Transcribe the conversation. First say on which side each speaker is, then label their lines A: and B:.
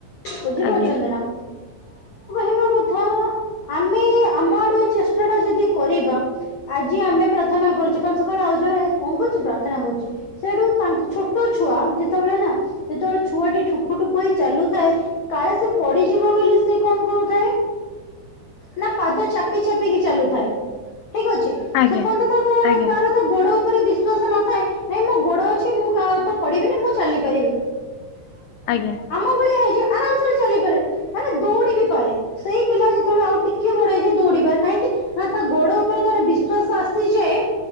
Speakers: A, on the left; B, on the left.
A: ବୁଝିପାରୁଚନ୍ତି
B: ଆଜ୍ଞା
A: ନା? ଇବା କଥା ଆଉ ଆମେ ଆମ ଆଡୁ ଚେଷ୍ଟାଟା ଯଦି କରିବା ଆଜି ଆମେ ପ୍ରା ପ୍ରାର୍ଥନା କରୁଚେ କାଲି ସକାଳେ ଆଉ ଜଣେ ଏ କଣ କରୁଛି ପ୍ରାର୍ଥନା କରୁଚି। ସେଠୁ ତାଙ୍କ ଛୋଟ ଛୁଆ ଯେତେବେଳେ ନା ଯେତେବେଳେ ଛୁଆଟି ଠୁକୁ ଠୁକୁ ହେଇ ଚାଲୁଥାଏ କାଳେ ସେ ପଡିିଯିବ ବୋଲି ସେ କଣ କରୁଥାଏ ନା ପାଦ ଚାପି ଚାପିକି ଚାଲୁଥାଏ, ଠିକ୍ ଅଛି
B: ଆଜ୍ଞା
A: ସେ ପର୍ଯ୍ୟନ୍ତ ତ
B: ଆଜ୍ଞା
A: ତାର ତ ଗୋଡ ଉପରେ ବିଶ୍ଵାସ ନଥାଏ ନାଇଁ ମୋ ଗୋଡ ଅଛି ମୁଁ ତ ପଡିବିନି ମୁଁ ଚାଲିପାରିବି।
B: ଆଜ୍ଞା।
A: ଆମ ଭଳିଆ ହେଇଯିବ ଆରାମସରେ ଚାଲିପାରେ ମାନେ ଦୌଡି ବି ପାରେ। ସେଇ ପିଲା ଯେତେବେଳେ ଆଉ ଟିକିଏ ବଡ ହେଇଯାଏ ଦୌଡିିପାରେ କାହିଁକି? ନା ତା ଗୋଡ ଉପରେ ତାର ବିଶ୍ୱାସ ଆସିଯାଏ